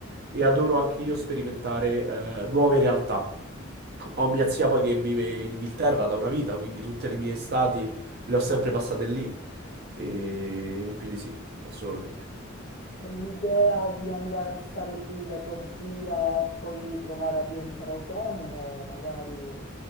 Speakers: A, on the right; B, on the left.
A: e adoro anche io sperimentare eh, nuove realtà. Ho mia zia poi che vive in Inghilterra da una vita, quindi tutte le mie estati le ho sempre passate lì. E quindi sì, assolutamente.
B: E l'idea di andare a stare lì da tua zia e poi provare a diventare autonomo, magari...